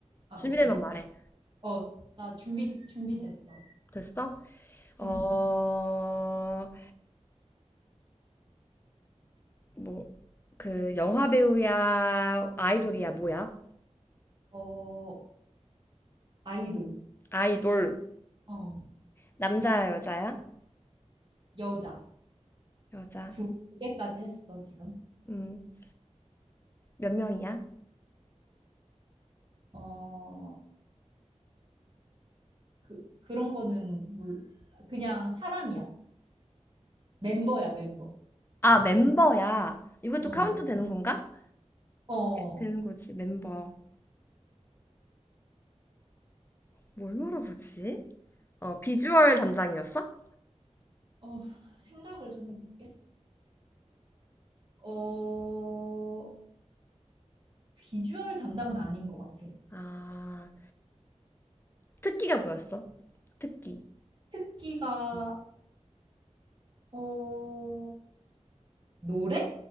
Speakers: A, on the right; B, on the left.
A: 아,
B: 준비되면
A: 오케이.
B: 말해.
A: 어, 나 준비, 준비됐어.
B: 됐어? 어,
A: 응.
B: 뭐, 그, 영화 배우야, 아이돌이야, 뭐야?
A: 어, 아이돌.
B: 아이돌.
A: 어,
B: 남자야, 여자야?
A: 여자.
B: 여자.
A: 두, 두 개까지 했어, 지금.
B: 음, 몇 명이야?
A: 어, 그, 그런 거는 몰라. 그냥 사람이야. 멤버야, 멤버.
B: 아, 멤버야. 이것도
A: 어,
B: 카운트 되는 건가?
A: 어,
B: 되는
A: 어,
B: 거지, 멤버. 뭘 물어보지? 어, 비주얼 담당이었어?
A: 어, 생각을 좀 해볼게. 어, 비주얼 담당은 아닌 것 같아.
B: 아, 특기가 뭐였어? 특기.
A: 특기가,
B: 음.
A: 어, 노래?